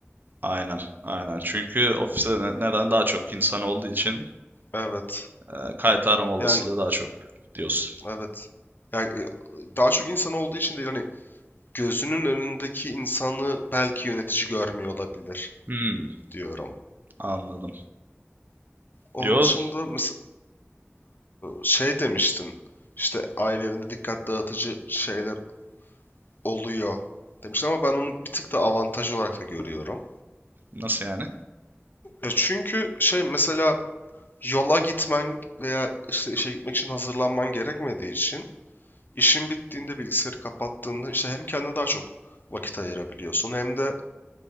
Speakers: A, on the right; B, on the left.
A: aynen, aynen. Çünkü ofiste ne- neden daha çok insan olduğu için
B: Evet.
A: e, kayıt arama olasılığı
B: Yani
A: daha çok diyorsun.
B: evet. Yani e, daha çok insan olduğu için değil hani gözünün önündeki insanı belki yönetici görmüyor olabilir
A: Hmm,
B: diyorum.
A: anladım.
B: Onun
A: Yo,
B: dışında mesela şey demiştin. İşte aile evinde dikkat dağıtıcı şeyler oluyor demiştim ama ben onu bir tık da avantaj olarak da görüyorum.
A: nasıl yani?
B: Ya çünkü şey mesela yola gitmen veya işte işe gitmek için hazırlanman gerekmediği için işin bittiğinde bilgisayarı kapattığında işte hem kendine daha çok vakit ayırabiliyorsun hem de